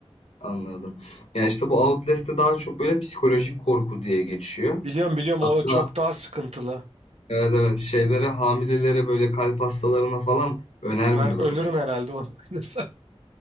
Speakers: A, on the left; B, on the right.
A: anladım. Yani, işte, bu Outlast'te daha çok böyle psikolojik korku diye geçiyor.
B: Biliyorum biliyorum
A: Hatta
B: o çok daha sıkıntılı.
A: Evet, evet. Şeylere, hamilelere, böyle kalp hastalarına falan önermiyorlar
B: Ben ölürüm
A: oynamayı.
B: herhalde onu oynasam.